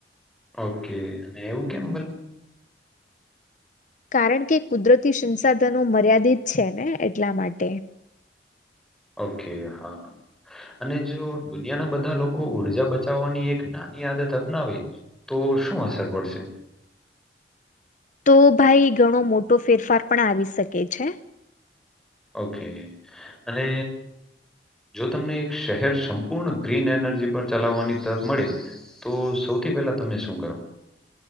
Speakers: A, in the centre; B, on the left.
A: ઓકે અને એવું કેમ ભલે
B: કારણ કે કુદરતી સંસાધનો મર્યાદિત છે ને એટલા માટે.
A: ઓકે હા. અને જો દુનિયાના બધા લોકો ઉઊર્જા બચાવવાની એક નાની આદત અપનાવે તો શું અસર પડશે?
B: તો ભાઈ ઘણો મોટો ફેરફાર પણ આવી શકે છે.
A: ઓકે અને જો તમને એક શહેર સંપૂર્ણ ગ્રીન એનર્જી પર ચલાવવાની તક મળે તો સૌથી પહેલા તમે શું કરો?